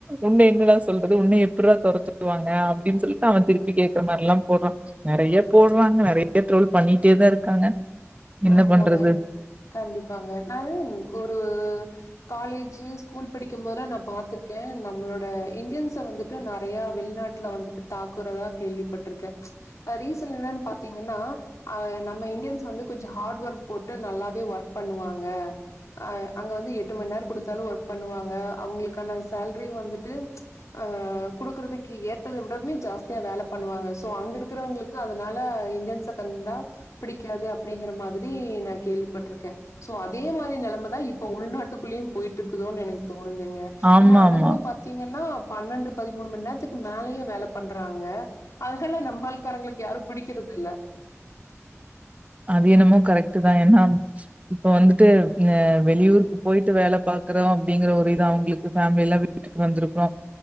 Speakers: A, on the right; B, on the left.
A: உன்ன என்னடா சொல்றது உன்ன எப்புட்றா தொற சொல்லுவாங்க அப்டின் சொல்ட்டு அவன் திருப் பி கேக்குற மார்லா போட்றான் நெறைய போடுவாங்க நெறைய பேர் ட்ரோல் பண்ணிட்டே தா இருக்காங்க என்ன
B: ஆமாங்க
A: பண்றது?
B: கண்டிப்பாங்க நல்ன் ஒரு காலேஜு ஸ்கூல் படிக்கும் போதுலா நான் பாத்திருக்கேன் நம்ளோட இந்தியன்ஸ வந்துட்டு நறையா வெளிநா ட்ல வந்துட்டு தாக்குறதா கேள்விபட்ருக்கே ஆ ரீசன் என்னனு பாத்தீங்கன்னா ஆ நம்ம இந்தியன்ஸ் வந்து கொஞ்சோ ஹார்ட் ஒர்க் போட்டு நல்லாவே ஒர்க் பண்ணுவாங்க ஆ அங்க வந்து எட்டு மண் நேர் குடுத்தாலு ஒர்க் பண்ணுவாங்க அவுங்கிளுக்கான சேல்ரி வந்துட்டு ஆ குடுக்குறதுக்கு ஏத்தத விடமே ஜாஸ்தியா வேல பண்ணுவாங்க சோ அங்க இருக்குறவுங்ளுக்கு அதனால இந்தியன்ஸா பெர்ந்தா பிடிக்காது அப் பிடிங்கிற மாதிரி நான் கேள்விப்பட்ருக்கே சோ அதே மாரி நெலமதா இப்போ உள்நாட்டுக்குள்ளயு போய்ட்டிருக்குது தோன் எனக் தோணுதுங்க
A: ஆமாமா.
B: ஏனா அவங்குளு பாத்தீங்கனா பன்ணண்டு பதிமூண்ம நேர்த்துக்கு மேலயே வேல பண்றாங்க அதனால நம்மால்காரங்ளுக்கு யாரு பிடிக்கிற இல்ல
A: <inaudible> அது என்னமோ கரெக்ட்டு தா ஏனா இப்ப வந்துட்டு ங்க வெளியூருக்கு போயிட்டு வேல பாக்குறோ அப்டிங்கிற ஒரு இதா அவுங்ளுக்கு ஃபேம்லிலா விட்டுட்டு வந்திருக்கோ